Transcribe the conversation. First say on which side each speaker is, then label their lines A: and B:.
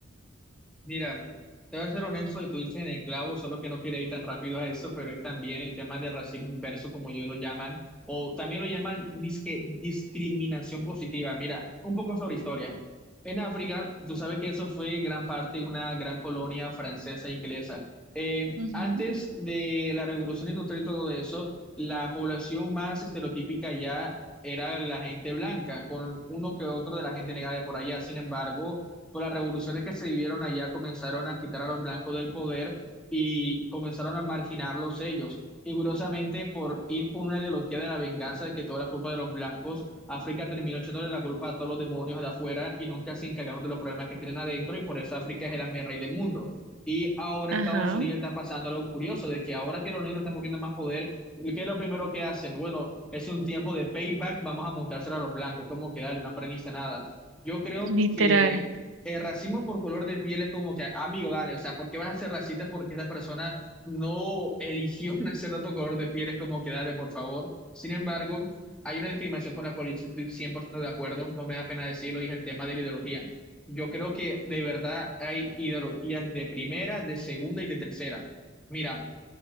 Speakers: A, in the centre; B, on the right.
A: Mira, te voy a ser honesto y tú dices en el clavo, solo que no quiero ir tan rápido a eso, pero es también el tema de racismo inverso, como ellos lo llaman, o también lo llaman disque, discriminación positiva. Mira, un poco sobre historia. En África, tú sabes que eso fue en gran parte una gran colonia francesa e inglesa. Eh,
B: Ujú.
A: antes de la revolución industrial y todo eso, la población más estereotípica ya era la gente blanca, con uno que otro de la gente negra de por allá. Sin embargo, con las revoluciones que se vivieron allá, comenzaron a quitar a los blancos del poder y comenzaron a marginarlos ellos. Y curiosamente, por ir con una ideología de la venganza de que toda la culpa de los blancos, África terminó echándole la culpa a todos los demonios de afuera y nunca se encargaron de los problemas que tienen adentro, y por eso África es el amén rey del mundo. Y ahora
B: Ajá,
A: Estados Unidos está pasando algo curioso, de que ahora que los negros están cogiendo más poder, ¿qué es lo primero que hacen? Bueno, es un tiempo de payback, vamos a montárselo a los blancos, es como que dale, no aprendiste nada. Yo creo
B: Literal.
A: que el racismo por color de piel es como que, amigo, dale, o sea, ¿por qué vas a ser racista porque esa persona no eligió <laughs> nacer de otro color de piel? Es como que, dale, por favor. Sin embargo, hay una discriminación con la política, estoy 100% de acuerdo, no me da pena decirlo, y es el tema de la ideología. Yo creo que de verdad hay ideologías de primera, de segunda y de tercera. Mira,